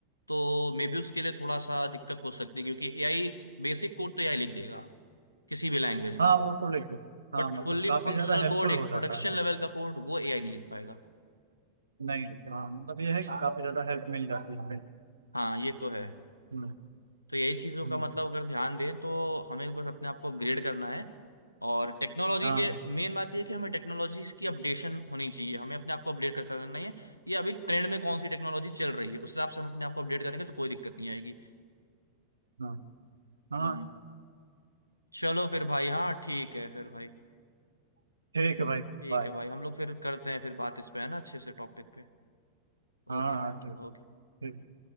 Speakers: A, on the left (about 85°); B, on the right (about 75°).
A: तो मे बी उसके लिए थोड़ा सा दिक्कत हो सकती है क्योंकि एआई बेसिक कोड तो एआई लिख देगा किसी भी लैंग्वेज
B: हाँ
A: में
B: वो तो लेके
A: बट
B: हाँ मतलब
A: फुल्ली
B: काफी
A: फंक्शनल
B: ज्यादा हेल्पफुल
A: कोड
B: हो
A: एक
B: जाता
A: प्रोडक्शन
B: है
A: लेवल का कोड वो एआई नहीं लिख पाएगा
B: नहीं हाँ मतलब ये है कि काफी ज्यादा हेल्प मिल जाती है हमें।
A: हाँ ये तो है
B: हम्म,
A: तो यही चीज़ों
B: हम्म,
A: का मतलब अगर ध्यान दें तो हमें बस अपने आप को अपग्रेड करना है और टेक्नोलॉजी
B: हाँ
A: के मेन बात यह है कि हमें टेक्नोलॉजीज की अपडेशन होनी चाहिए हमें अपने आप को अपडेट करता रहना है ये अभी ट्रेंड में कौन सी टेक्नोलॉजी चल रही है उस हिसाब से हम अपने आप को अपडेट करेंगे तो कोई दिक्कत नहीं आएगी
B: हाँ हाँ
A: हम्म चलो फिर भाई हाँ ठीक है फिर भाई
B: ठीक है भाई
A: ठीक
B: बाय
A: है भाई हम लोग फिर करते हैं फिर बात इस पे है ना अच्छे से टॉपिक पे
B: हाँ
A: ओके
B: हाँ
A: भाई
B: ठीक
A: ओके
B: ठीक